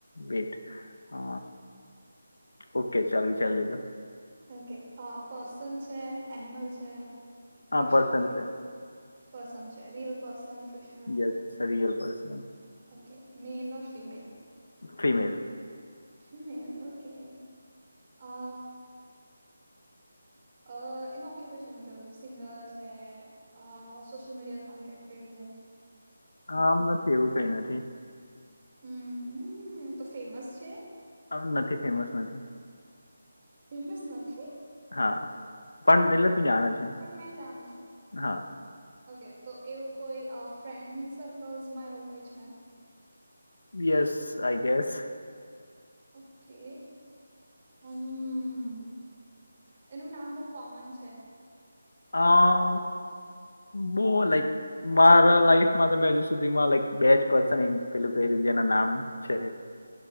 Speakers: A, on the left; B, on the right.
A: બેટ અ. ઓકે ચાલ વિચાર લીધો.
B: ઓકે પર્સન છે એનિમલ છે
A: આ
B: ફિક્શનલ
A: પર્સન
B: કેરેક્ટર.
A: છે
B: પર્સન છે રિયલ પર્સન ફિક્.
A: Yes real person.
B: Okay male ઓ ફીમેલ? !
A: ફિમેલ.
B: ફિમેલ ઓકે અ અ એનું ઓક્યુપેશન છે મતલબ સિંગર છે. અ સોશિલ મીડિયા કોન્ટેન્ટ ક્રિએેટર.
A: આમ નથી એવું કઈ નથી.
B: હમ તો ફેમસ છે.
A: આમ નથી ફેમસ નથી.
B: ફેમસ નથી!
A: હા પણ એટલે તું જાણ જ છે.
B: પણ મેં જાણું છું.
A: હા
B: ઓકે તો એવું કોઈ ફ્રેન્ડ સર્કલ્સ માં એવું કોઈ છે.
A: Yes I guess.
B: ઓકે <inaudible> હમ્મ. એનું નામ બહુ કોમન છે.
A: આ બહ લાઈક મારા લાઈફ હજુ સુધીમાં લક બે જ પર્સન પેલું ક્યું છે એના નામ છે.